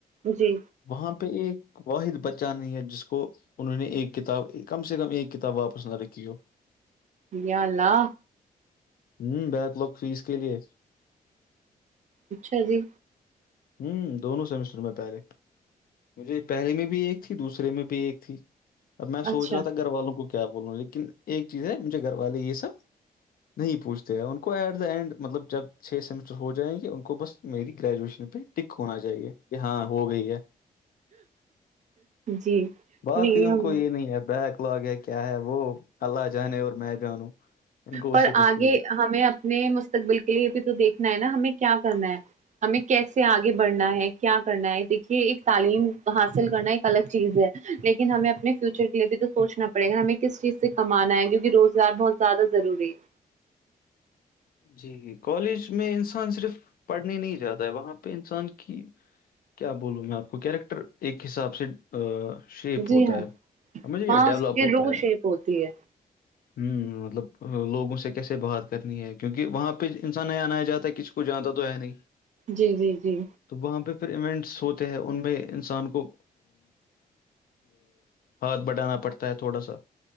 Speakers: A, on the right; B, on the left.
A: جی
B: وہاں پہ ایک واحد بچہ نہیں ہے جس کو انہوں نے ایک کتاب کم سے کم ایک کب توت واپ نہ رکیو <unintelligible>
A: یا اللہ
B: ہوں بیک لگ فیس کے لیے
A: اچھا جی
B: ہوں دونوں سمسٹر میں پہریک مجھے پہلے میں بھی ایک تھی دوسرے میں بھی ایک تھی اب میں
A: اچھا
B: سوچ رہا تھا گھر والوں کو کیا بولوں لیکن ایک چیز ہے مجھے گھر والے یہ سب نہیں پوچھتے ہیں ان کو ایٹ دا اینڈ مطلب جب چھ سیمسٹر ہو جائیں گے ان کو بس میری گریجویشن پہ ٹک ہونا چاہیے کہ ہاں ہو گئی ہے
A: جی
B: باقی
A: نہیں
B: ان
A: ہم
B: کو یہ نہیں ہے بیک لگ ہے کہ کیا ہے وہ اللہ جانے اور میں جانوں ان کو
A: پر
B: اس سے کچھ
A: آگے
B: چیز نہیں۔
A: ہمیں اپنے مستقبل کے لیے بھی تو دیکھنا ہے نا ہمیں کیا کرنا ہے ہمیں کیسے آگے بڑھنا ہے کیا کرنا ہے دیکھیے ایک تعلیم حاصل کرنا ایک الگ چیز ہے لیکن ہمیں اپنے فیوچر کے لیے بھی تو سوچنا پڑے گا ہمیں کس چیز سے کمانا ہے کیونکہ روزگار بہت زیادہ ضروری ہے
B: جی جی کالج میں انسان صرف پڑھنے نہیں جاتا ہے وہاں انسان کی کیا بولوں میں آپ کو کیریکٹر ایک حساب سے شیپ
A: ہے جی
B: ہوتا
A: ہاں
B: ہے سجھے
A: وہاں
B: یہ ڈیولپ
A: اس کی
B: ہوتا
A: روح
B: ہے
A: شیپ ہوتی ہے
B: ہوں مطلب لوگوں سے کیسے بات کرنی ہے کیونکہ وہاں پہ انسان نیا آنایا جاتا ہے کسی کو جانتا تو ہے نہیں
A: جی جی جی
B: تو وہاں پہ پھر ایونٹس ہوتے ہیں ان میں انسان کو ہاتھ بٹانا پڑتا ہے تھوڑا سا